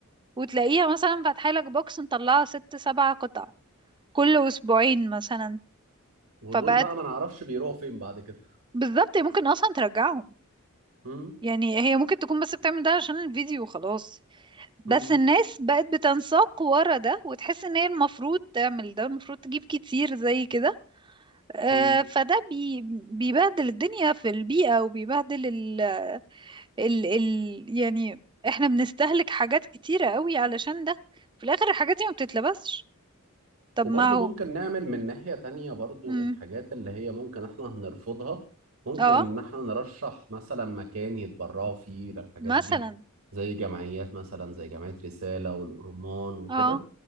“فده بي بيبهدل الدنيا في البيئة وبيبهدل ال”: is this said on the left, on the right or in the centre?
Right